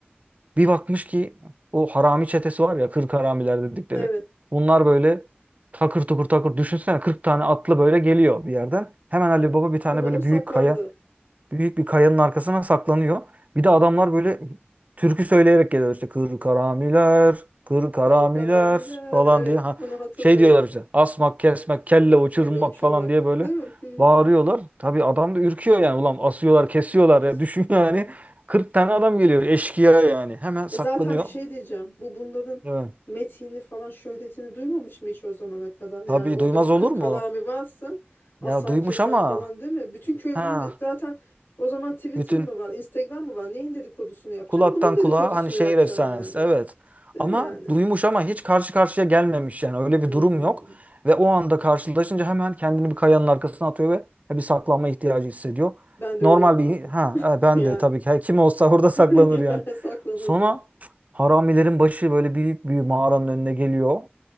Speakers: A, on the right (about 40°); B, on the left (about 70°).
A: Bir bakmış ki o harami çetesi var ya 40 haramiler dedikleri.
B: Evet.
A: Bunlar böyle takır tukur takır düşünsene 40 tane atlı böyle geliyor bir yerden. Hemen Ali Baba bir tane
B: Umarım
A: böyle
B: saklandı.
A: büyük kaya Büyük bir kayanın arkasına saklanıyor. Bir de adamlar böyle türkü söyleyerek geliyor işte kır karamiler, kır
B: Kırkalamiler.
A: karamiler falan
B: Evet,
A: diye. Ha,
B: onu hatırlıyorum.
A: şey diyorlar işte asmak kesmek kelle
B: Ay,
A: uçurmak
B: Kelle uçurmak,
A: falan diye böyle
B: değil mi? Hmm,
A: bağırıyorlar. Tabii adam da ürküyor yani ulan asıyorlar kesiyorlar
B: kesin.
A: ya <laughs> düşün yani 40 tane adam geliyor eşkıya yani hemen saklanıyor.
B: E zaten bir şey diyeceğim. Bu bunların
A: Evet.
B: metini falan şöhretini duymamış mı hiç o zamana kadar? Yani
A: Tabii
B: orada
A: duymaz
B: bir kırkalami
A: olur mu?
B: varsa asan
A: Ya duymuş
B: kesen
A: ama
B: falan değil mi? Bütün köy
A: ha
B: bunu de- zaten o zaman Twitter
A: bütün
B: mı var, Instagram mı var? Neyin dedikodusunu yapacağım?
A: Kulaktan
B: Bunun dedikodusunu
A: kulağa hani şehir
B: yapacaksın
A: efsanesi
B: yani.
A: evet.
B: Değil
A: Ama
B: mi yani?
A: duymuş ama hiç karşı karşıya gelmemiş yani öyle
B: Hmm.
A: bir durum yok. Ve o anda karşılaşınca hemen kendini bir kayanın arkasına atıyor ve bir saklanma ihtiyacı hissediyor.
B: Ben de
A: Normal
B: öyle yapardım.
A: bir ha
B: <laughs>
A: ha, ben
B: Yani.
A: de tabii ki her kim olsa <laughs> orada saklanır
B: <laughs> Ya
A: yani.
B: saklanırdım.
A: Sonra haramilerin başı böyle büyük bir mağaranın önüne geliyor.